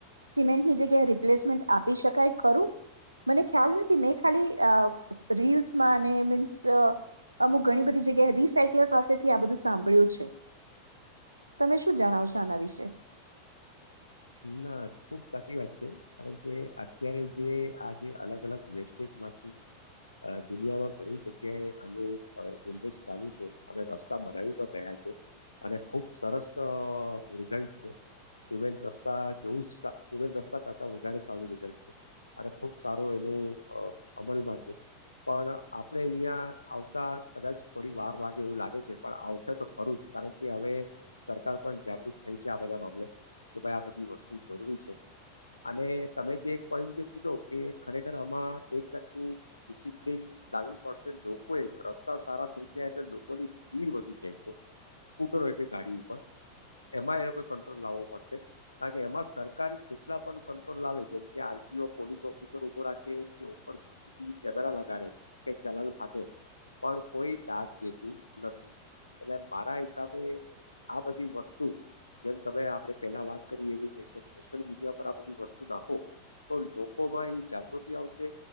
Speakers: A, on the right; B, on the left.
A: સિમેન્ટની જગ્યાએ રિપ્લેસમેન્ટ આપી શકાય ખરું મને ખ્યાલ નથી મેં ખાલી રીલ્સમાં અને મીન્સ અમુક ઘણી બધી જગ્યા રીસકલ પાસેથી આ બધું સાંભળ્યું છે તમે શું જણાવ છો આના વિશે
B: ના ખુબ સાચી વાત છે કારણ કે અત્યારે જે આ જે અલગ અલગ વેસ્ટેજમાંથી દુનિયામાં ઘણી જગ્યાએ આનું ઝુંબેશ ચાલુ છે અને રસ્તા બનાવી પણ રહ્યા છે અને ખુબ સરસ રિઝલ્ટ છે સિમેન્ટ રસ્ જેવું સીવેન્ટ રસ્તા કરતા વધારે સારું રિઝલ્ટ છે અને ખુબ સારો એનું અમલમાં છે પણ આપણે અહીિયાંયા આવતા કદાચ થોડી વાર વાગે એવું લાગે છે પણ આવશે તો ખરું જ કારણ કે હવે સરકાર પણ જાગૃત થઈ છે આ બધા મામલે કે ભાઈ આ બા એ વસ્તુ જરૂરી છે અને તમે જે એક પોઈન્ટ જે કીધો કે ખરેખર આમાં એક જાતની ડિસિપ્લિન લાવી પડશે લોકોએ રસ્તા સારા થઈ જાય તો લોકોની સ્પીડ વધી જાય છે સ્કૂટર હોય કે ગાડી ઉપર એમાં એ લોકોએ કંટ્રોલ લાવવો પડશે. કારણ કે એમાં સરકાર કેટલા પણ કંટ્રોલ લાવે જેમ કે આરપીઓ પોલીસ ઓફિસર ઊભો રાખે કેર સીસીટીવી કેમેરા લગાડે કે ચલન ફાટે પણ કોઈ દાત દેતું નથી એટલે મારા હિસાબે આ બધી વસ્તુ જેમ તમે આપણે પહેલા વાત કરી એવી ર કે સોશિયલ મીડિયા પર આ બધી વસ્તુ નાખો તો લોકોમાં એ જાગૃતિ આવશે